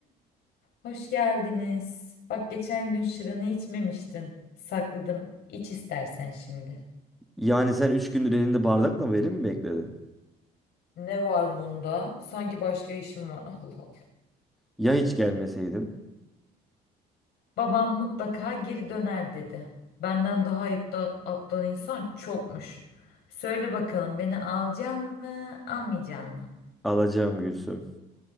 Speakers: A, on the left; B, in the centre.
A: Hoş geldiniz. Bak geçen gün şırını içmemiştin. Sakladım. İç istersen şimdi.
B: Yani sen 3 gündür elinde bardakla verim mi bekledin?
A: Ne var bunda? Sanki başka işim var. <laughs> Allah Allah.
B: Ya hiç gelmeseydim?
A: Babam mutlaka geri döner dedi. Benden daha aptal, aptal insan çokmuş. Söyle bakalım beni alacaksın mı, almayacaksın mı?
B: Alacağım Gülsüm.